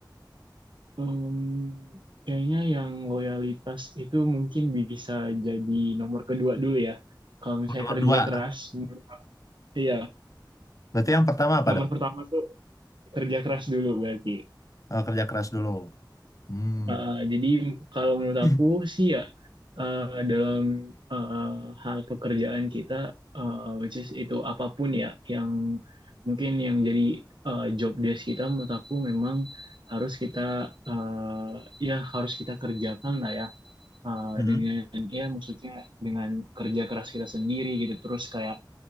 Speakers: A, on the right; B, on the left.
A: em, kayaknya yang loyalitas itu mungkin bisa jadi nomor kedua dulu ya. Kalau misalnya
B: Nomor
A: kerja
B: dua.
A: keras, menurut- aku- iya.
B: Berarti yang pertama apa
A: Nomor
B: dong?
A: pertama tuh kerja keras dulu berarti.
B: Eh, kerja keras dulu. Hmm.
A: Uh, jadi kalau menurut
B: <clears throat>
A: aku sih ya uh, dalam uh, hal pekerjaan kita uh, which is itu apapun ya yang mungkin yang jadi uh, job desk kita menurut aku memang harus kita uh, ya harus kita kerjakan lah ya uh,
B: Mhm.
A: dengan ya maksudnya dengan kerja keras kita sendiri gitu terus kayak